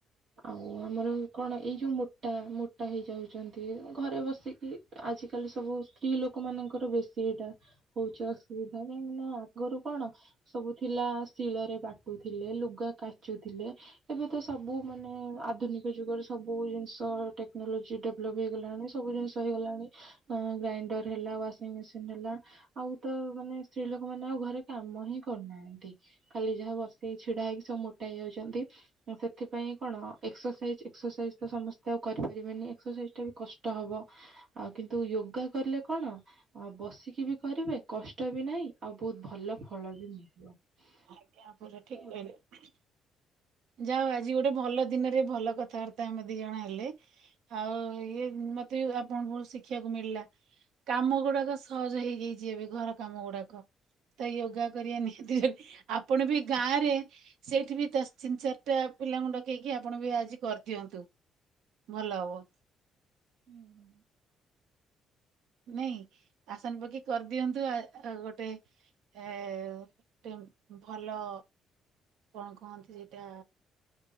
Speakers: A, on the right (about 45°); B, on the right (about 80°).
A: ଆଉ ଆମର କଣ ଏଇ ଯୋଉ ମୋଟା ମୋଟା ହେଇଯାଉଛନ୍ତି ଅ ଘରେ ବସିକି। ଆଜିକାଲି ସବୁ ସ୍ତ୍ରୀ ଲୋକ ମାନଙ୍କ ଠୁ ବେଶୀ ଏଇଟା ହଉଛି ଅସୁବିଧା କାହିଁକି ନା ଆଗରୁ କଣ ସବୁ। ଥିଲା ଶିଳରେ ବାଟୁଥିଲେ ଲୁଗା କାଚୁଥିଲେ। ଏବେ ତ ସବୁ ମାନେ ଆଧୁନିକ ଯୁଗରେ ସବୁ ଜିନିଷ ଟେ କ୍ନୋଲୋଜି ଡେଭଲପ ହେଇଗଲାଣି ସବୁ ଜିନିଷ ହେଇଗଲାଣି। ଅଁ ଗ୍ରାଇଣ୍ଡର ହେଲା ୱାସିଙ୍ଗ ମେସିନ୍ ହେଲା। ଆଉ ତ ମାନେ ସ୍ତ୍ରୀ ଲୋକ ମାନେ ଆଉ ଘରେ କାମ ହିଁ କରୁନା ନ୍ତି ଖାଲି ଯାହା ବଶିକି ଛିଡା ହେଇକି ସବୁ ମୋଟା ହେଇଯାଉଛନ୍ତି। ଉଁ ସେଥିପାଇଁ କଣ ଏକ୍ସରସାଇଜ ଏକ୍ସରସାଇଜ ତ ସମସ୍ତେ ଆଉ କରିପାରିବେନି ଏକ୍ସରସାଇଜ ଟା ବି କଷ୍ଟ ହବ। ଆଉ କିନ୍ତୁ ୟୋଗା କଲେ କଣ। ଅ ବସିକି ବି କରିବେ କଷ୍ଟ ବି ନାହିଁ ଆଉ ବହୁତ ଭଲ ଫଳ ବି ମିଳିବ।
B: ଆଜ୍ଞା
A: ସେଇଥିପାଇଁ
B: ପୁରା ଠିକ
A: ୟୋଗା
B: କହିଲେ।
A: ଟା
B: ଯାହା ହଉ ଆଜି ଗୋଟେ ଭଲ ଦିନରେ ଭଲ କଥାବାର୍ତ୍ତା ଆମେ ଦି ଜଣ ହେଲେ। ଆଉ ଇଏ ଉଁ ମତେ ବି ଆପଣଙ୍କ ପାଖରୁ ଶିଖିବାକୁ ମିଳିଲା। କାମ ଗୁଡାକ ସହଜ ହେଇଯାଇଛି ଏବେ ଘର କାମ ଗୁଡାକ। ତ ଯୋଗା କରିବା ନିହାତି <inaudible> ଆପଣ ବି ଗାଁ ରେ। ସେଇଠି ବି ତା ତିନ ଚାରିଟା ପିଲାଙ୍କୁ ଡକେଇକି ଆପଣ ବି ଆଜି କରିଦିଅନ୍ତୁ। ଭଲ ହବ।
A: ହୁଁ
B: ନାଇଁ ଆସନ ପକେଇ କରିଦିଅନ୍ତୁ ଆ ଗୋଟେ ଏ ଟେମ ଭଲ କଣ କହନ୍ତି ସେଟା?